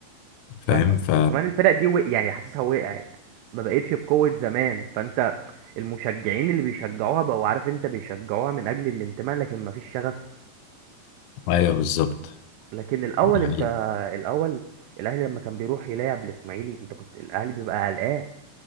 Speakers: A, on the left; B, on the right.
A: فاهم
B: فاهمك
A: ف
B: وكمان الفرق دي وق... يعني حاسسها وقعت ما بقتش بقوة زمان فانت المشجعين اللي بيشجعوها بقوا عارف انت بيشجعوها من اجل الانتماء لكن ما فيش شغف
A: ايوه بالظبط
B: لكن الاول
A: دي
B: انت
A: حقيقة.
B: الاول الاهلي لما كان بيروح يلعب الاسماعيلي انت كنت الاهلي بيبقى قلقان